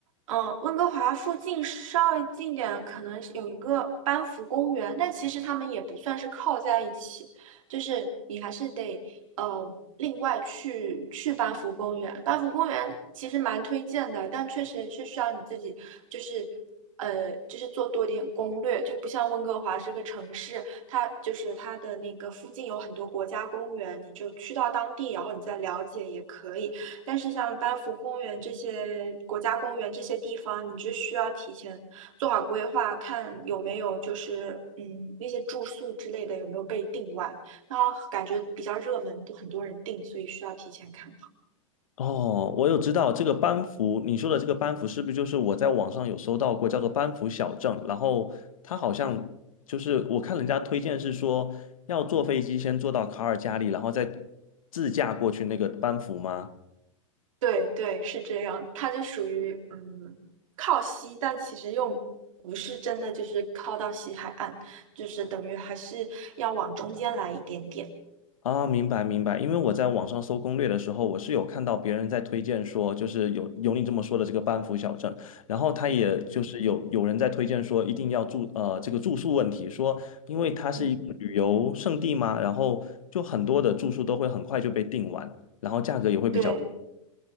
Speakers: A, on the right; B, on the left.
A: 嗯，温哥华附近稍微近点，可能是有一个班夫公园，但其实他们也不算是靠在一起，就是你还是得呃另外去去班夫公园。班夫公园其实蛮推荐的，但确实是需要你自己就是呃就是做多点攻略，就不像温哥华这个城市，它就是它的那个附近有很多国家公园，你就去到当地，然后你再了解也可以。但是像班夫公园这些国家公园这些地方，你就需要提前做好规划，看有没有就是嗯那些住宿之类的有没有被订完。然后感觉比较热门，都很多人订，所以需要提前看。
B: 哦，我有知道这个班夫，你说的这个班夫是不是就是我在网上有搜到过，叫做班夫小镇？然后它好像就是我看人家推荐是说要坐飞机先坐到卡尔加里，然后再自驾过去那个班夫吗？
A: 对对，是这样，它就属于嗯靠西，但其实又不是真的就是靠到西海岸，就是等于还是要往中间来一点点。
B: 啊，明白明白，因为我在网上搜攻略的时候，我是有看到别人在推荐说，就是有有你这么说的这个班夫小镇，然后他也就是有有人在推荐说一定要住呃这个住宿问题，
A: 嗯
B: 说因为它是一个旅游胜地嘛，
A: 嗯，
B: 然后就很多的住宿都会很快就被订完，然后价格也会比较。
A: 对。